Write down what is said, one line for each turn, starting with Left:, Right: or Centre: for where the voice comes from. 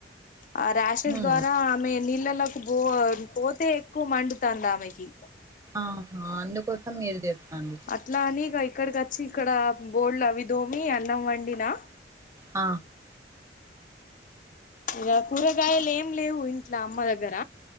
Left: ఆ ర్యాషెస్
Right: మ్మ్.
Left: ద్వారా ఆమె నీళ్ళలోకి పో పోతే ఎక్కువ మండుతంది ఆమెకి
Right: ఆహా అందుకోసం మీరు చేస్తాంది
Left: అట్లా అని ఇగ ఇక్కడికి వచ్చి ఇక్కడ బోల్లు అవి దోమి అన్నం వండినా
Right: ఆ
Left: ఇగ కూరగాయలు ఏం లేవు ఇంట్ల అమ్మ దగ్గర